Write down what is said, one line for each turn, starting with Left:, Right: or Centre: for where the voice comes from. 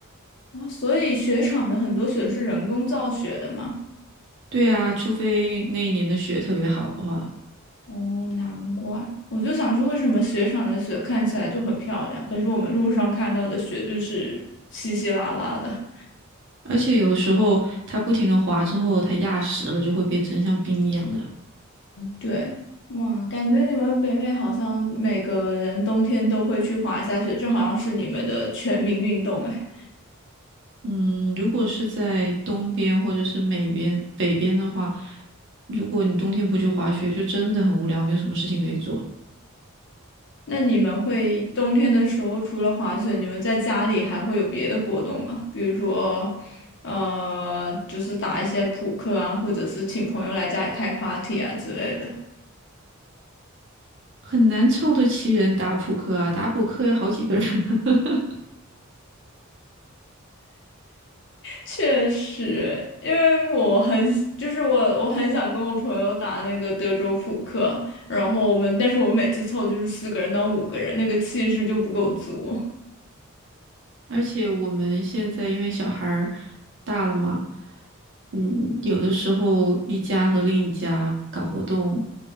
Left: 啊，所以雪场的很多雪是人工造雪的嘛。
Right: 对啊，除非那一年的雪特别好的话，
Left: 哦，难怪，我就想说，为什么雪场的雪看起来就很漂亮，可是我们路上看到的雪就是稀稀拉拉的。
Right: 而且有的时候它不停的滑之后，它压实了就会变成像冰一样的。
Left: 对，哇，感觉你们北美好像每个人冬天都会去滑一下雪，这好像是你们的全民运动哎。
Right: 嗯，如果是在东边或者是美边、北边的话，如果你冬天不去滑雪，就真的很无聊，没有什么事情可以做，
Left: 那你们会冬天的时候除了滑雪，你们在家里还会有别的活动吗？比如说，呃，就是打一些扑克啊，或者是请朋友来家里开 party 啊之类的。
Right: 很难凑得齐人打扑克啊。打扑克要好几个人。<laughs>
Left: 确实，因为我很喜就是我我很想跟我朋友打那个德州扑克，然后我们但是我们每次凑就是四个人到五个人，那个气势就不够足。
Right: 而且我们现在因为小孩儿大了嘛，嗯，有的时候一家和另一家搞活动、